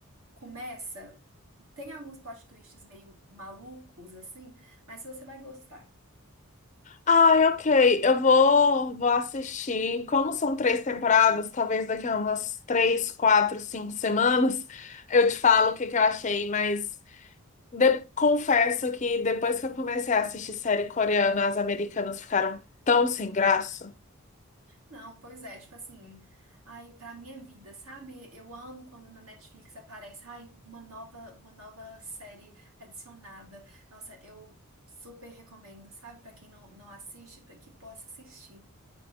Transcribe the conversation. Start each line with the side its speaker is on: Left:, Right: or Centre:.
Right: começa, tem alguns plot twists meio malucos, assim, mas você vai gostar.
Left: Ai, ok. Eu vou, vou assistir. Como são três temporadas, talvez daqui a umas três, quatro, cinco semanas, eu te falo o que que eu achei, mas de- confesso que depois que eu comecei a assistir série coreana, as americanas ficaram tão sem graça.
Right: Não, pois é, tipo assim, ai, pra minha vida, sabe? Eu amo quando na Netflix aparece, ai, uma nova, uma nova série adicionada. Nossa, eu super recomendo, sabe? Pra quem não, não assiste, pra que possa assistir.